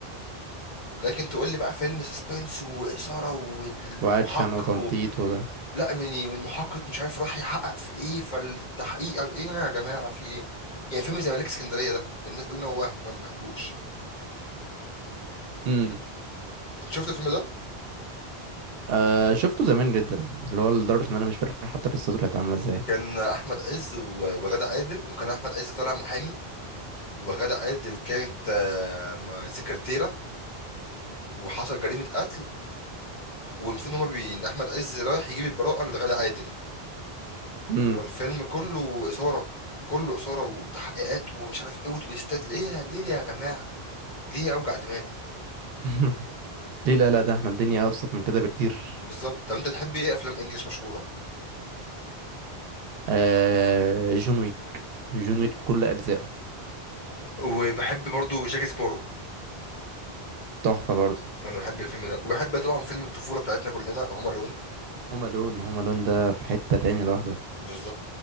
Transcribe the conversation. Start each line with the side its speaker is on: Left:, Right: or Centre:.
Left: لكن تقول لي بقى فيلم سسبنس واثاره والمحقق
Right: واكشن وتنطيط
Left: وبت...
Right: وده
Left: لا يعني والمحقق مش عارف راح يحقق في ايه فالتحقيق أو ايه يا جماعه في ايه يعني فيلم زي ملاك اسكندريه ده الناس تقول ان هو وهم انا ما بحبوش
Right: امم
Left: انت شفت الفيلم ده
Right: آه شفته زمان جدا اللي هو لدرجه ان انا مش فاكر حتى قصته كانت عامله ازاي
Left: كان احمد عز و- وغادة عادل وكان احمد عز طالع محامي وغادة عادل كانت آه، م- سكرتيره وحصل جريمه قتل والمفروض ان هما بي... إن احمد عز رايح يجيب البراءه لغادة عادل
Right: امم
Left: هو الفيلم كله إثارة كله إثارة وتحقيقات ومش عارف إيه وتويستات ليه ليه يا جماعة ليه أوجع دماغي
Right: <laughs> ليه لا لا ده احنا الدنيا ابسط من كده بكتير
Left: بالظبط طب أنت تحب إيه أفلام إنجليش مشهورة
Right: آه جون ويك جون ويك بكل أجزائه
Left: وبحب برضو جاك سبارو
Right: تحفة برضه
Left: أنا بحب الفيلم ده وبحب طبعا فيلم الطفولة بتاعتنا كلنا هوم ألون
Right: هوم ألون هوم ألون ده في حتة تاني لوحده
Left: بالظبط